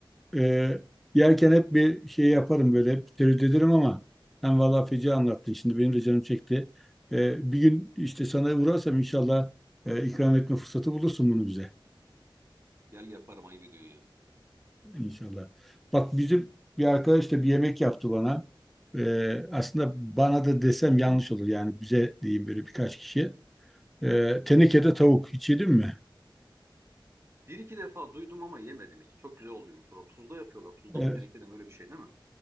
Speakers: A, in the centre; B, on the right (about 30°).
A: Ee, yerken hep bir şey yaparım böyle hep tereddüt ederim ama sen valla feci anlattın şimdi benim de canım çekti. Ee, bir gün işte sana uğrarsam inşallah e, ikram etme fırsatı bulursun bunu bize
B: Gel yaparım ayıp ediyorsun ya.
A: inşallah. Bak bizim bir arkadaş da bir yemek yaptı bana. Ee, aslında bana da desem yanlış olur yani bize diyeyim böyle birkaç kişi. Ee, tenekede tavuk hiç yedin mi?
B: Bir iki defa duydum ama yemedim hiç. Çok güzel oluyormuş. O da tuzda yapıyorlar. Tuzda
A: Evet,
B: mı tenekede mi öyle bir şey değil mi?